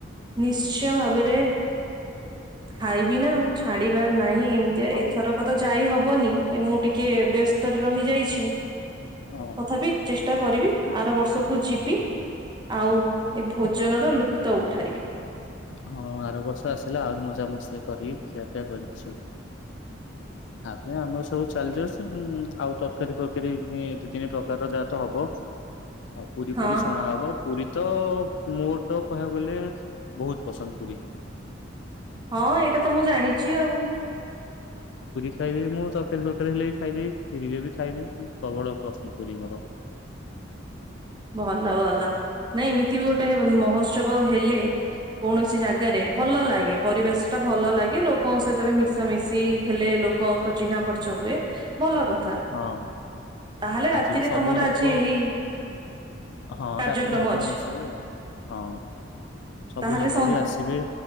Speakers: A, on the right; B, on the left.
A: ନିଶ୍ଚୟ ଭାବରେ ଖାଇବି ନା ଛାଡ଼ିବା ର ନାଇଁ। ନାଇଁ ଏମିତି
B: ଆଉ
A: ଏଥରକ ତ ଯାଇ ହବ ହବନି ଏ ମୁଁ ଟିକେ ବ୍ୟସ୍ତରେ ରହିଯାଇଛି
B: ହଁ
A: ତଥାପି ଚେଷ୍ଟା କରିବି ଆର ବର୍ଷକୁ ଯିବି ଆଉ ଏ ଭୋଜନର ଲୁପ୍ତ ଉଠାଇବି
B: ହଁ ଆର ବର୍ଷ ଆସିଲା ଆହୁରି ମଜା ମସ୍ତି କରି ଖିଆ ପିଆ କରିବି ସ ତା ପାରେ ଆମର ସବୁ ଚାଲିଯାଉଛୁ ଆଉ ତରକାରୀ ଫରକାରୀ ଦି ତିନି ପ୍ରକାରର ଯାହା ତ ହବ ଆଉ ପୁରୀ
A: ହଁ
B: ପୁରୀ ଛଣା ହବ ପୁରୀ ତ ମୋର ତ କହିବାକୁ ଗଲେ ବହୁତ ପସନ୍ଦ ପୁରୀ
A: ହଁ ଏଇଟା ତ ମୁଁ ଜାଣିଛି ଆଉ
B: ଖାଇି ମୁଁ ତୀକାର ହେଲେ ବି ଖାଇଦବି ଫରିବେ ବି ଖାଇଦେି ମୁ ପ୍ରବଳ ପସନ୍ଦ କର ମୋର।
A: ଭଲ ଭଲ ନାଇଁ ଏମିତି ବି ଗୋଟେ ମହୋତ୍ସବ ହେଲେ କୌଣସି ଜାଗାରେ ଭଲ ଲାଗେ ପରିବେଶ ଟା ଭଲ ଲାଗେ ଲୋକଙ୍କ ସହିତ ବି ମିଶାାମିଶି ହେଲେ ଲୋକଙ୍କ ଚିହ୍ନା ପର୍ଚ ହୁଏ ଭଲ କଥା।
B: ହଁ
A: ତାହେଲେ
B: ଆଜି
A: ରାତିରେ
B: ବି ସବୁ
A: ତମର
B: ଲୋକ
A: ଆଜି ଏହି
B: ହଁ
A: କାର୍ଯ୍ୟକ୍ରମ
B: ରାତିରେ ହବ
A: ଅଛି
B: ଏମିତି ସବୁ ଆଉ ହଁ ସବୁ
A: ତାହେଲେ
B: ଲୋକ
A: ସନ୍ଧ୍ୟା
B: ବି ଆସିବେ